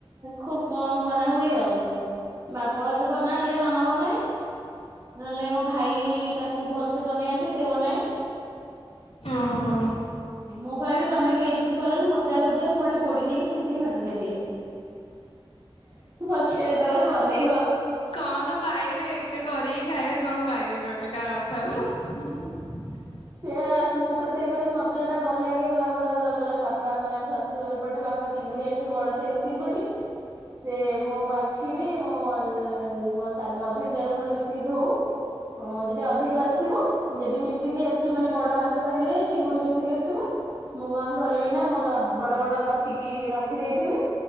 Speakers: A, on the right; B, on the left.
A: ଖୁବ କମ ବନା ହୁଏ ଆଉ ବାପର ବନା ହେଲେ ବଏ ନହେଲେ ମୋ ଭାଇ ତାକୁ ଭଲ ବନେଇ ଆସେ ସେ ବନାଏ।
B: ଓହୋ
A: ହ ମୁଁ କହିବି ତମେ କେହି କିଛି କରନ ମୋତେ ଆଗ ଦିଅ ମୁଁ ଗୋଟେ ପୋଡ଼ି ଦେଇକି ଛେଚିକି ଭାତ ଖାଇଦିଏ। ପଛେରେ ତମେ ବନେଇବ।
B: କଣ ତ ପାଇବେ ଏକେ କରିକି ଖାଇବେ କଣ ପାଇବେ କହିଲେ କାହା କଥାରୁ। <inaudible>
A: ସେ ମୁଁ ପାସ କହିବି ମତେଟା ଭଲ ଲାଗେ ଆମର ଧରର ପାପା ମାନେ ଆମ ଶା ପଟେ ବାପା ଚିଙ୍ଗୁଡି ଆଣିଥିବେ ବଡ ସୋଇ ଚିଙ୍ଗୁଡି। ସେ ମୁଁ ବାଛିବି ମୁଁୋ <unintelligible> ମଝିାଣି ଯରେ ମୋର ମିଶିକି ଧଉଁ ଯଦି ଅଧିକ ଆସଥିବ। ଯଦି ମିଶିକି ଆସିବ ମାନେ ବଡ ମାଛ ସାଙ୍ଗରେ ଚିଙ୍ଗୁଡି ମିଶିକି ଆସିବ। ମୁଁ କଣ କରିବି ନା ମୋର ବଡ ବଡ ବାଛିକି ରଖିଦେଇଥିଲି।